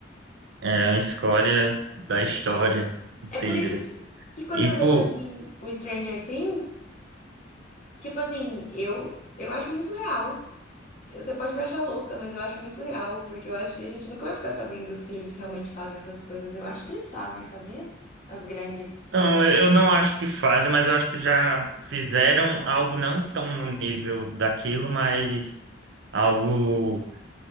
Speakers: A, on the right; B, on the left.
A: É a escória da história inteira.
B: É por isso que, que quando
A: E,
B: eu
A: pô,
B: vejo assim o Stranger Things, tipo assim, eu eu acho muito real. Você pode me achar louca, mas eu acho muito real, porque eu acho que a gente nunca vai ficar sabendo se eles realmente fazem essas coisas. Eu acho que eles fazem, sabia? As grandes
A: Não,
B: potências.
A: eu eu não acho que fazem, mas eu acho que já fizeram algo não tão no nível daquilo, mas algo